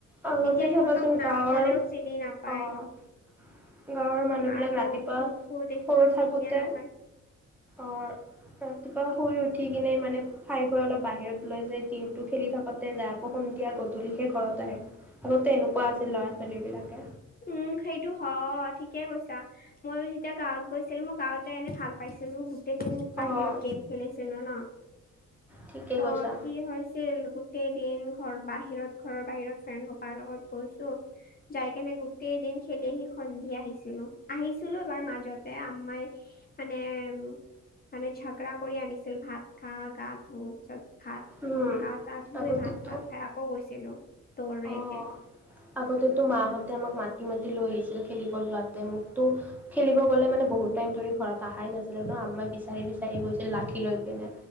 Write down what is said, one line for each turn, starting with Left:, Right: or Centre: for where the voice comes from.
Centre: আগতে
Left: এতিয়া
Centre: চাবাচোন
Left: ইহঁতক নাম
Centre: গাঁৱৰ,
Left: ক'লেও চিনি নাপায়।
Centre: অ'। গাঁৱৰ মানুহবিলাক
Left: মাৰব
Centre: ৰাতিপুৱা
Left: কুট কুট এইসোপা
Centre: সৰু
Left: চিনিয়ে
Centre: থাকোতে,
Left: নাপায়।
Centre: অৰ ৰাতিপুৱা শুই উঠি কিনে মানে। খাই-বৈ অলপ বাহিৰত লৈ যায় দিনটো খেলি থাকোতে যায়। আকৌ সন্ধিয়া গধূলিহে ঘৰত আহে। আগতে এনেকুৱা আছিল, ল'ৰা-ছোৱালীবিলাকে।
Left: উম, সেইটো হয় ঠিকেই কৈছা। ময়ো যেতিয়া গাঁৱত গৈছিলো, মই গাঁৱতে এনে ভাল পাইছিলো গোটেইদিন বাহিৰত
Centre: অ'
Left: গেম খেলিছিলো ন?
Centre: ঠিকে
Left: ত
Centre: কৈছা।
Left: কি হৈছে ছিল গোটেই দিন, ঘৰ বাহিৰত ঘৰৰ বাহিৰত ফ্ৰেণ্ডসোপাৰ লগত গৈছো। যাই কেনে গো গোটেইদিন খেলি আহি সন্ধিয়া আহিছিলো। আহিছিলো এবাৰ মাজতে আম্মাই মানে উ, মানে ঝগড়া কৰি আনিছিল ভাত খা, গা ধুও চব ভাত,
Centre: উম।
Left: গা-চা ধুই
Centre: আগতেতো
Left: ভাত-চাত খাই আকৌ গৈছিলোঁ, দৌৰিকে।
Centre: অ' আগতেতো মাহঁতে আমাক মাতি মাতি লৈ আহিছিল খেলিব যোৱাতে, মোকতো। খেলিব গ'লে মানে বহুত টাইম ধৰি ঘৰত অহাই নাছিলো ন! আম্মাই বিচাৰি বিচাৰি গৈছিল লাঠি লৈ কিনে।